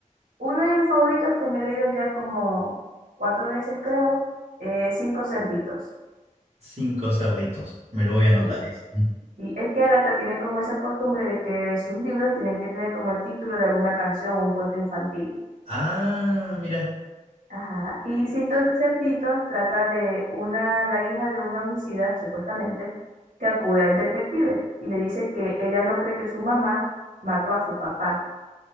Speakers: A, on the right (about 80°); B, on the right (about 55°).
A: uno de mis favoritos que me he leído ya como cuatro veces creo, es Cinco Cerditos.
B: Cinco cerditos, me lo voy a
A: Sí,
B: anotar eso.
A: y es que Agatha tiene como esa costumbre de que sus libros tienen que tener como el título de alguna canción o un cuento infantil.
B: Ah, mira.
A: Ajá. Y Cintos Cerditos trata de una, la hija de una homicida, supuestamente, que acude al detective y le dice que ella no cree que su mamá mató a su papá.